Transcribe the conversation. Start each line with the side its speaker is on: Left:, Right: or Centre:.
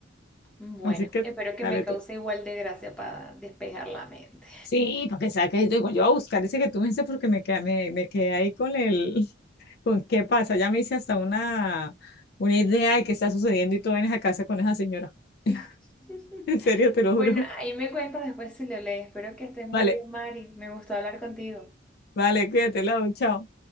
Centre: Bueno,
Left: Así que,
Centre: espero que
Left: dale
Centre: me cause
Left: tú.
Centre: igual de gracia para despejar la mente.
Left: Sí, porque sabes que digo, yo voy a buscar ese que tú me dices porque me quedé, me, me quedé ahí con el, <laughs> con qué pasa. Ya me hice hasta una, una idea de qué está sucediendo y tú vienes a casa con esa señora.
Centre: <laughs>
Left: <laughs> En serio, te lo
Centre: Bueno,
Left: juro.
Centre: ahí me cuentas después si lo lees. Espero que estés muy
Left: Vale,
Centre: bien, Mari. Me gustó hablar contigo.
Left: vale, cuídate, Lau, chao.